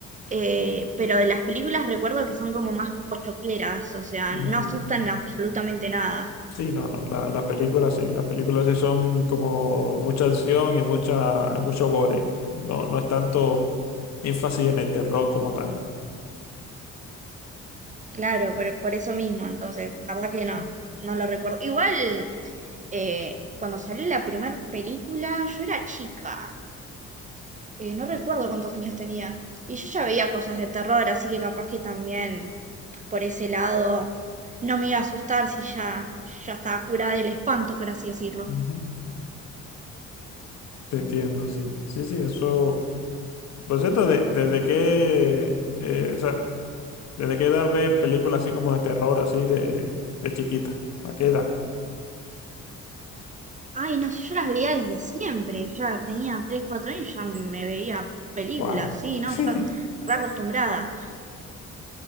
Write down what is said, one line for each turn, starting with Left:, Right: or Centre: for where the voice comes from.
Right: eh, pero de las películas recuerdo que son como más pochocleras, o sea,
Left: Ujú.
Right: no asustan absolutamente nada.
Left: Sí, no, no, la- las películas sí, las películas sí son como mucha acción y mucha, mucho gore. No, no es tanto énfasis en el terror como tal.
Right: Claro, por, por eso mismo, entonces, la verdad que no,
Left: Mm.
Right: no lo recuerdo. Igual, eh, cuando salió la primera película, yo era chica, eh, no recuerdo cuántos años tenía. Y yo ya veía cosas de terror, así que capaz que también por ese lado no me iba a asustar si ya, ya estaba curada del espanto, por así decirlo.
Left: Ujú. Te entiendo, sí. Sí, sí, eso. Por cierto, de- ¿desde qué, eh, o sea, desde qué edad ves películas así como de terror, así de, de chiquita? ¿A qué edad?
Right: Ay, no sé, yo las veía desde siempre, ya tenía 3, 4 años, ya me veía películas,
Left: Wow.
Right: sí, no,
Left: <laughs>
Right: yo re acostumbrada.